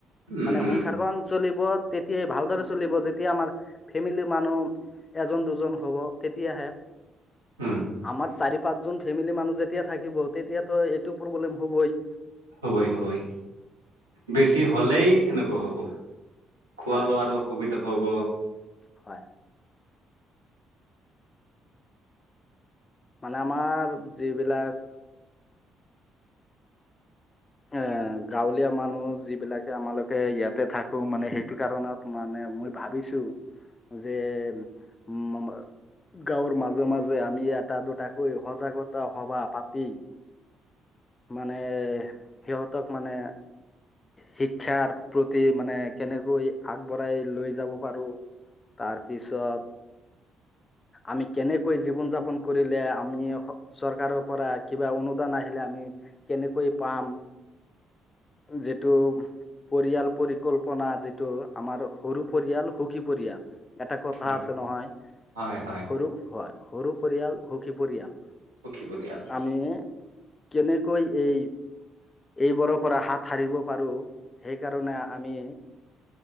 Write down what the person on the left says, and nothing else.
মানে সংসাৰখন চলিব, তেতিয়াই ভালদৰে চলিব যেতিয়া আমাৰ ফেমিলি মানুহ, এজন -দুজন হ'ব তেতিয়াহে
আমাৰ চাৰি -পাঁচজন ফেমিলি মানুহ যেতিয়া থাকিব। তেতিয়া ত, এইটো প্ৰব্লেম হ'বই।
হয়
হয়
হয় মানে আমাৰ, যিবিলাক এ, গাঁৱত। দুখীয়া মানুহ যি বিলাকে, আমালোকে ইয়াতে থাকো, মানে সেইটো কাৰণত মানে মই ভাৱিছো যে ম মমাা গাঁৱৰ মাজে -মাজে আমি ইয়াত এটা দুটাকৈ সজাগতা সবা পাতি, মানে সিহঁতক মানে শিক্ষাৰ প্ৰতি মানে কেনেকৈ আগবঢ়াই লৈ যাব পাৰো? তাৰপিছত আমি কেনেকৈ জীৱন যাপন কৰিলে, আমি চৰকাৰৰ পৰা কিবা অনুদান আহিলে আমি কেনেকৈ পাম? যিটো পৰিয়াল পৰিকল্পনা যিটো আমাৰ সৰু পৰিয়াল সুখী পৰিয়াল এটা কথা
আছে নহয়,
সৰু হয় সৰু পৰিয়াল সুখী পৰিয়াল।
আমি কেনেকৈ এই এইবোৰৰ পৰা হাত সাৰিব পাৰো। সেইকাৰণে আমি